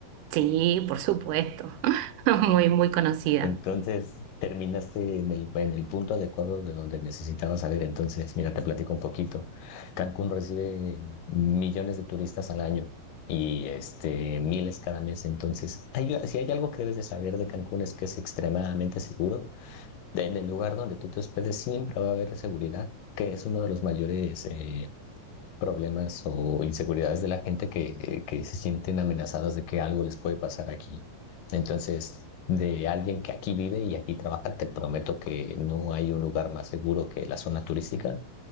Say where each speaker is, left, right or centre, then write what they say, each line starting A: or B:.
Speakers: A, on the right; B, on the left.
A: Sí, por supuesto. <laughs> Muy, muy conocida.
B: Entonces, terminaste en el, en el punto adecuado de donde necesitabas saber. Entonces, mira, te platico un poquito. Cancún recibe millones de turistas al año y este, miles cada mes. Entonces, hay- si hay algo que debes de saber de Cancún es que es extremadamente seguro. En el lugar donde tú te hospedes siempre va a haber seguridad, que es uno de los mayores eh, problemas o inseguridades de la gente que, que se sienten amenazadas de que algo les puede pasar aquí. Entonces, de alguien que aquí vive y aquí trabaja, te prometo que no hay un lugar más seguro que la zona turística.